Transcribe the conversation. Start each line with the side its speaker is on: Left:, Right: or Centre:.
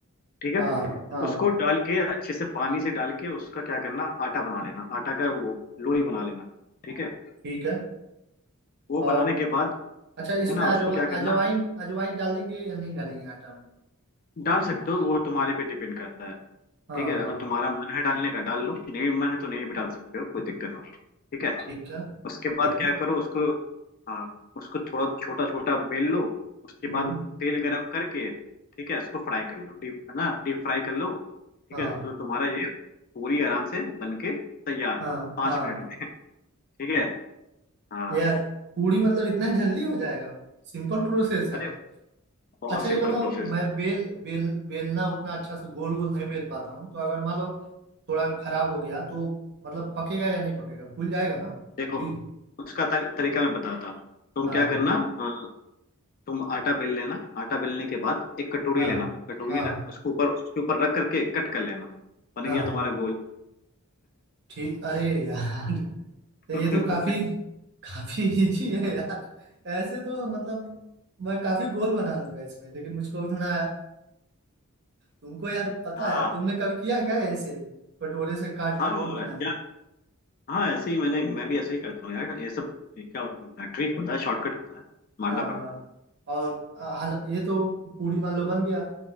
Left: ठीक है
Right: हाँ हाँ
Left: उसको डाल के अच्छे से पानी से डाल के उसका क्या करना आटा बना लेना आटा का वो लोई बना लेना ठीक है
Right: ठीक है
Left: वो
Right: और
Left: बनाने के बाद
Right: अच्छा इसमें
Left: है ना
Right: अजवा
Left: उसको क्या करना
Right: अजवाइन अजवाइन डालेंगे या नहीं डालेंगे आटा में
Left: डाल सकते हो वो तुम्हारे पे डिपेंड करता है
Right: हाँ
Left: ठीक है अगर
Right: हाँ
Left: तुम्हारा मन है डालने का डाल लो नहीं मन है तो नहीं भी डाल सकते हो कोई दिक्कत नहीं ठीक है
Right: ठीक है
Left: उसके
Right: ठीक
Left: बाद क्या
Right: है
Left: करो उसको हाँ उसको थोड़ा छोटा छोटा बेल लो उसके
Right: हम्म
Left: बाद तेल गरम करके ठीक है उसको फ्राई कर लो डीप है ना डीप फ्राई कर लो ठीक
Right: हाँ
Left: है तो तुम्हारा ये पूरी आराम से बन के तैयार है
Right: हाँ
Left: पाँच
Right: हाँ
Left: मिनट में <laughs> ठीक है हाँ
Right: यार पूरी मतलब इतना जल्दी हो जाएगा सिंपल प्रोसेस है
Left: अरे बहुत
Right: अच्छा
Left: सिंपल
Right: ये बताओ
Left: प्रोसेस
Right: मैं बेल बेल बेलना उतना अच्छा से गोल गोल नहीं बेल पाता हूँ तो अगर मान लो थोड़ा खराब हो गया तो मतलब पकेगा या नहीं पकेगा फूल जाएगा ना
Left: देखो
Right: पूरी
Left: उसका तर, तरीका मैं बताता हूँ तुम
Right: हाँ
Left: क्या करना अ, तुम आटा बेल लेना आटा बेलने के बाद एक कटोरी
Right: हाँ
Left: लेना कटोरी
Right: हाँ
Left: रख- उसके ऊपर उसके ऊपर रख करके कट कर लेना बन
Right: हाँ
Left: गया तुम्हारा गोल
Right: ठीक अरे यार तो
Left: <laughs>
Right: ये तो काफी काफी इजी है यार ऐसे तो मतलब मैं काफी गोल बना लूंगा इसमें लेकिन मुझको उतना तुमको यार पता
Left: हाँ
Right: है तुमने कभी किया क्या है ऐसे कटोरे से काट
Left: हाँ
Right: के गोल बना
Left: यार हाँ ऐसे ही मैंने मैं भी ऐसे ही करता हूँ यार ये सब क्या होता है ट्रिक होता है शॉर्टकट होता है मारना
Right: हाँ
Left: पड़ता
Right: हाँ हाँ।
Left: है
Right: और अ, हल ये तो पूरी मान लो बन गया